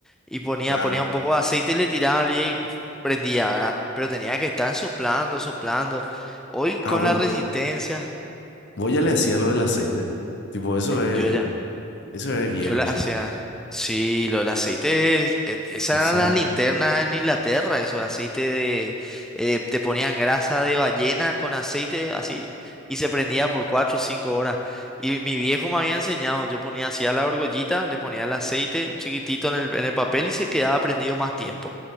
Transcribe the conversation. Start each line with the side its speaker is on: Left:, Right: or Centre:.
Centre: y ponía,
Left: Claro.
Centre: ponía un poco de aceite y le tiraba y prendía, ¿verdad? Pero tenía que estar soplando, soplando. Hoy con
Left: Ah, voy
Centre: la resistencia,
Left: Vos ya le hacía lo del aceite. Tipo, eso es.
Centre: yo ya.
Left: Eso es viejo,
Centre: Yo la,
Left: che.
Centre: o sea, sí, los aceites, e- esas
Left: ¿En serio?
Centre: eran las linternas en Inglaterra, esos aceite de, eh, te ponían grasa de ballena con aceite así y se prendía por cuatro o cinco horas. Y mi viejo me había enseñado, yo ponía así a la argollita, le ponía el aceite un chiquitito en el, en el papel y se quedaba prendido más tiempo,